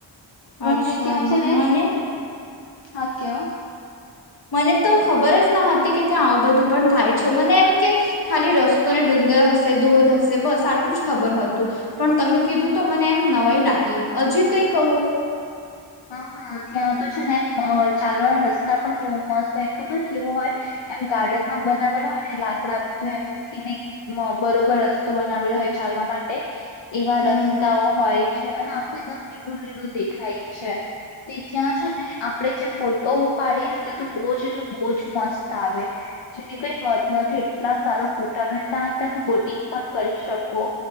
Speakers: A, on the left; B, on the left.
A: મને
B: અચ્છા
A: ત્યાં છે ને
B: મને
A: હા કેવ
B: મને તો ખબર જ ન હતી કે ત્યાં આવું બધું પણ થાય છે મને એમ કે ખાલી રસ્તોને ડુંગર હશે દોધ હશે બસ આટલું જ ખબર હતું. પણ તમે કીધું તો મને એમ નવાય લાગી હજી કઈ કહો.
A: હા હા ત્યાં આવ તો છે ને એ ચાલવા રસ્તા પણ બહુ મસ્ત હોય ખબર કેવો હોય. એમ ગાર્ડન માં બનાવેલા હોય ને લાકડા બધું એમ ને બરોબર રસ્તો બનાવેલો હોય ચાલવા માટે. એવા
B: હમ
A: રસ્તાઓ
B: હમ
A: હોય છે અને આખું એકદમ લીલું લીલું દેખાય છે. તે ત્યાં છે ને આપણેે જે ફોટો ઉપાડીએ ને તે તો બહુ જ એટલે બહુજ મસ્ત આવે જેની કઈ હદ નથી એટલા સારો ફોટ આવે ત તમે બોટિંગ પણ કરી શકો